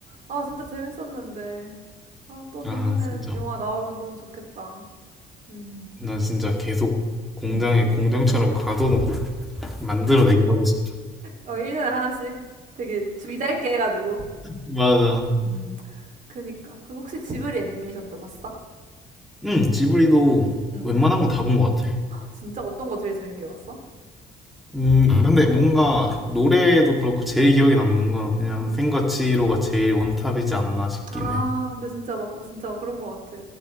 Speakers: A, on the right; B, in the centre.
A: 아, 진짜 재밌었는데. 아, 또
B: 아,
A: 재밌는
B: 진짜.
A: 영화 나오면 너무 좋겠다. 음.
B: 난 진짜 계속 공장에
A: 음.
B: 공장처럼 가둬놓고 만들어내게 하고 싶어.
A: 어, 1년에 하나씩 되게 주기 짧게 해가지고.
B: 맞아.
A: 음, 그니까. 그럼 혹시 지브리 애니메이션도 봤어?
B: 응, 지브리도
A: 응
B: 웬만한
A: 응
B: 건 다 본 것 같아.
A: 진짜 어떤 거 제일 재밌게 봤어?
B: 음, 근데 뭔가 노래도
A: 응
B: 그렇고 제일 기억에 남는 건 그냥
A: 응
B: 생과 치히로가 제일 원탑이지 않나 싶긴
A: 아,
B: 해.
A: 근데 진짜 막, 진짜 막 그런 거 같아.